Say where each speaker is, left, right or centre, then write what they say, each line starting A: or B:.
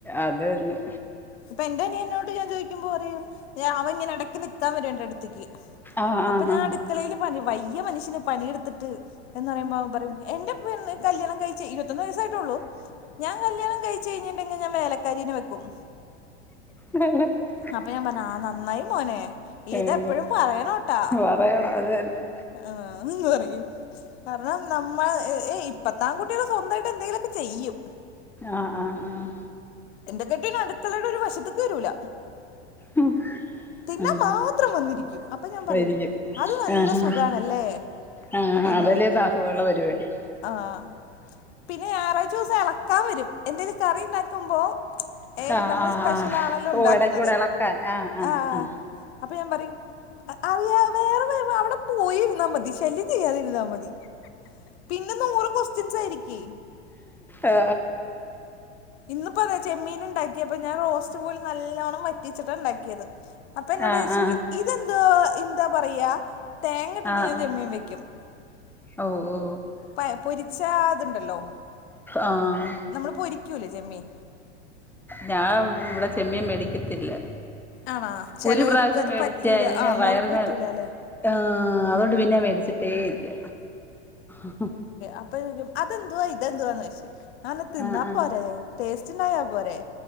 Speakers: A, in the centre; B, on the left.
A: അത് തന്നെ
B: ഇപ്പൊ എന്റെ അനിയ എന്നോട് ഞാ ചോദുമ്പോ പറയും അവ ഇങ്ങനെ ഇടയ്ക്ക് നിത്താൻ വരണ്ട അടുത്തേക്ക്
A: ആഹ്
B: അപ്പൊ
A: ആഹ്
B: ഞാൻ അടുക്കളയില് പ വയിയ മനുഷ്യന് പണിയെടുത്തിട്ട് എന്ന് പറയുമ്പ അവൻ പറയും എന്റെ കല്യാണം കഴിച്ച് ഇരുത്തൊന്ന് വയസ്സായിട്ടുള്ളൂ ഞാൻ കല്യാണം കഴിച്ച കഴിഞ്ഞട്ടുെങ്കിൽ ഞാൻ വേലക്കരിന് വെക്കും
A: ഹ് ഹ് <unintelligible>
B: അപ്പൊ ഞാൻ പറഞ്ഞ ആ നന്നായി മോനെ ഇതെപ്പഴും
A: ആഹ്
B: പറയണോട്ടാ
A: പറയണം അത് തന്നെ
B: ആഹ് ഉം എന്ന് പറയും പറ നമ്മൾ ഇപ്പത്താം കുട്ടികൾ സ്വന്തമായിട്ട് എന്തെങ്കിലുമൊക്കെ ചെയ്യും
A: ആഹ് ആഹ് ആഹ്
B: എന്റെ കെട്ടിയോൻ അടുക്കളയുടെ ഒരു വശത്തക്ക് വരൂല
A: ഉം
B: തിന്നാൻ
A: ഉം
B: മാത്രം വന്നിരിക്കും അപ്പൊ ഞാൻ പറയും
A: വരികും
B: അത് നല്ല
A: ഹാ ഹാ
B: സുഖാണല്ലേ
A: ആ ആഹ്
B: എന്ന്
A: അതലതാക്കുവുള്ള
B: ചോദിക്കും
A: പരിപാടി
B: ആഹ് പിന്നെ ഞായറാഴച്ച ദിവസം ഇളക്കാൻ വരും എന്തേും കറി ഉണ്ടാക്കുമ്പോ ഏയ്
A: ആഹ്
B: നമ്മൾ
A: ആഹ്
B: സ്പെഷ്യൽലാണല്ലോ
A: ആഹ് ഓ
B: ഉണ്ടാക്കണത്
A: ഇടയ്ക്കൂടെ ഇളക്കാൻ ആഹ് ആഹ്
B: ആ
A: ആഹ്
B: അപ്പൊ ഞാൻ പറയും അറിയാ വേറെ വ അവിടെ പോയിരുന്നാ മതി ശല്യം ചെയ്യാതിരുന്നാ മതി പിന്നെ നൂറ് ക്വസ്റ്റ്യൻസ് ആയിരിക്കി
A: ആ
B: ഇന്നിപ്പോ ചെമ്മീൻ ഉണ്ടാക്കിയപ്പപ്പോ ഞാൻ റോസ്റ്റ് പോലെ നല്ലോണ്ണം വറ്റിച്ചിട്ടാ ഉണ്ടാക്കിയത് അപ്പൊ എന്നോട്
A: ആഹ്
B: ചോയ്ച്ച്
A: ആഹ്
B: ഇതെന്താ എന്താ പറയാ തേങ്ങ ഇട്ടിട്ട്
A: ആഹ്
B: ഞാൻ
A: ആഹ്
B: ചമ്മീൻ വെക്കും
A: ഓ ഓ
B: പ പൊരിച്ചതുണ്ടല്ലോ
A: ആഹ്
B: നമ്മൾ പൊരിക്കൂലേ ചെമ്മീൻ
A: ഞാൻ ഇവിടെ ചെമ്മീ മേടിക്കത്തില്ല
B: ആണാ ചെലോർക്ക്
A: ഒരു പ്രാവശ്യം
B: അത്
A: മേടിച്ച
B: പറ്റൂല
A: ഇതിന്
B: ആ
A: വയറിന്
B: മോൾക്ക് പറ്റൂല ല്ലേ
A: ആ അതുകൊണ്ട് പിന്നെ മേടിച്ചിട്ടേ ഇല്ല മ്ഹ്
B: അപ്പചോയ്ക്കും അതെന്തുവാ തെന്തുവാന്ന് ചോയ്ച്ച് പേ തിന്നാ
A: ആ ആ
B: പോരെ ടസ്റ്റ് ഉണ്ടായാ പോരെ